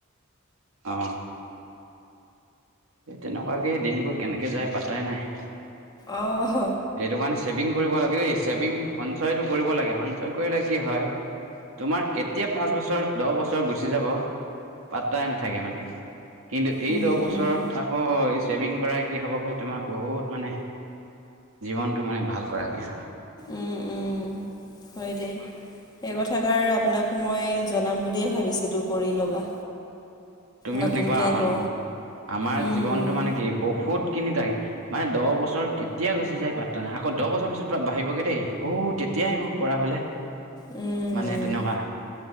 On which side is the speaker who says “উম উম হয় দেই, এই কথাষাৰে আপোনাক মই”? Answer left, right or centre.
Left